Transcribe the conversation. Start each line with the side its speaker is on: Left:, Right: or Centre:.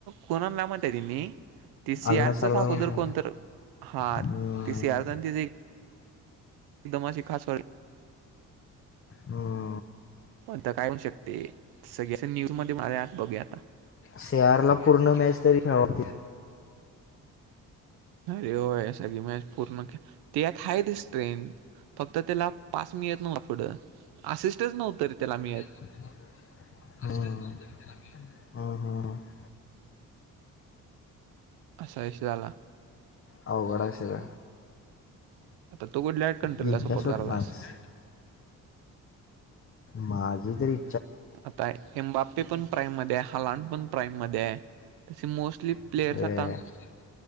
Right: कोणाला म्हणता त मी ते सियारचच
Left: आलना सरदा
Right: अगोदर
Left: कोणता
Right: कोणत हा
Left: हम्म,
Right: ते सियाथ एकदम अशी खास व
Left: हम्
Right: आता काय होऊ शकते सगळ न्यूज मध्ये मझ आत बघूया आता
Left: से आर ला पूर्ण मॅच तरी खेळवतील
Right: अरे होय सगळी मॅच पूर्ण ते आत हा ते स्ट्रेथ फक्त त्याला पास मी येत नव्ह पुढं असिस्टच नव्हतरी त्याला मिी
Left: हा हा हा
Right: असा विश झाला
Left: होघडा विषर
Right: आता तो ग लाईट कंट्रलापोटराला
Left: जिंकत्या सोड फ्रान्स
Right: आहेस
Left: माझी तरी
Right: आता एमबाप्पी पण प्राईम मध्ये हलांड पण प्राईम मध्ये आहे तसे मोस्टली प्लेयर्स
Left: वाटायला
Right: आता